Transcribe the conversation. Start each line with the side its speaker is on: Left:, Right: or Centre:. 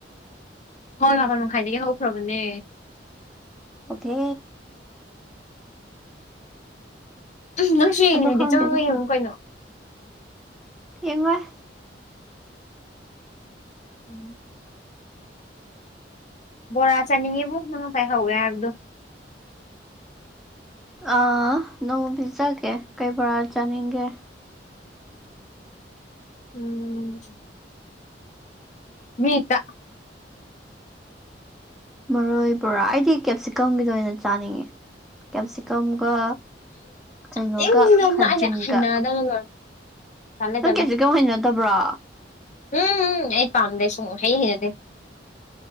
Left: ꯍꯣꯏ ꯃꯥꯄꯜ ꯃꯈꯥꯏꯗꯒꯤ ꯍꯧꯈ꯭ꯔꯕꯅꯦ
Centre: ꯑꯣꯀꯦ
Left: ꯅꯪꯁꯨ ꯌꯦꯡꯉꯗꯤ
Centre: ꯑꯗꯣ ꯈꯪꯗꯦꯗ
Left: ꯆꯪꯉꯒ ꯌꯦꯡꯉꯨ ꯀꯩꯅꯣ
Centre: ꯌꯦꯡꯉꯣꯏ
Left: ꯎꯝ ꯕꯣꯔꯥ ꯆꯥꯅꯤꯡꯉꯤꯕꯨ ꯅꯪꯅ ꯄꯥꯢꯍꯧꯏ ꯍꯥꯏꯕꯗꯣ
Centre: ꯑ ꯅꯣꯡꯃ ꯄꯤꯖꯒꯦ ꯀꯩ ꯕꯣꯔꯥ ꯆꯥꯅꯤꯡꯒꯦ
Left: ꯎꯝ ꯃꯤꯇ
Centre: ꯃꯔꯣꯏ ꯕꯣꯔꯥ ꯑꯩꯗꯤ ꯀꯦꯞꯁꯤꯀꯝꯒꯤꯗ ꯑꯣꯏꯅ ꯆꯥꯅꯤꯡꯉꯦ ꯀꯦꯞꯁꯤꯀꯝꯒ ꯀꯩꯅꯣꯒ
Left: ꯎꯝ ꯏꯪꯅ
Centre: ꯈꯖꯤꯡꯒ
Left: ꯑꯩꯅ <unintelligible> ꯇꯜꯂꯦ
Centre: ꯅꯪ
Left: ꯇꯜꯂꯦ
Centre: ꯀꯦꯞꯁꯤꯀꯝ ꯍꯩꯅꯗꯕ꯭ꯔꯣ
Left: ꯎꯝ ꯑꯩ ꯄꯥꯝꯗꯦ ꯁꯨꯍꯩꯪꯍꯩꯅꯗꯦ